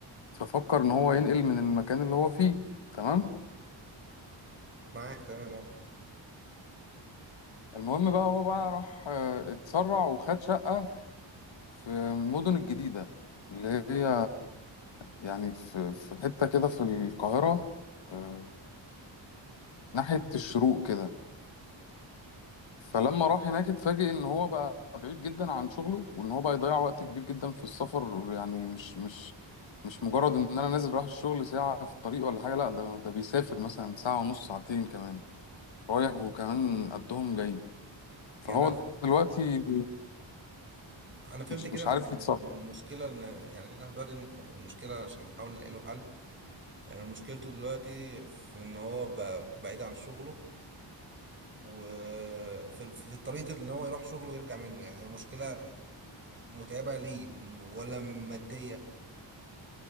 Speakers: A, on the left; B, on the right.
A: ففكر ان هو ينقل من المكان اللي هو فيه تمام
B: معاك تمام اهو
A: المهم بقى هو بقى راح آه، اتسرع وخد شقة في المدن الجديدة اللي هي يعني في في حتة كده في القاهرة آه، ناحية الشروق كده فلما راح هناك اتفاجئ ان هو بقى بعيد جدا عن شغله وان هو بقى يضيع وقت كبير جدا في السفر يعني مش مش مش مجرد ان انا نازل رايح الشغل ساعة في الطريق ولا حاجة لا ده ده بيسافر مثلا ساعة ونص ساعتين كمان رايح وكمان قدهم جاي فهو
B: يعني انا
A: دلوقتي
B: أنا فهمت
A: مش
B: كده
A: مش
B: من
A: عارف
B: يعني
A: يتصرف
B: من المشكله ان يعني انا دلوقتي إن المشكله عشان نحاول نلاقي له حل يعني مشكلته دلوقتي في ان هو ب- بعيد عن شغله وفي في طريقه ان هو يروح شغله ويرجع منه يعني هي مشكله متعبه ليه ولا ماديه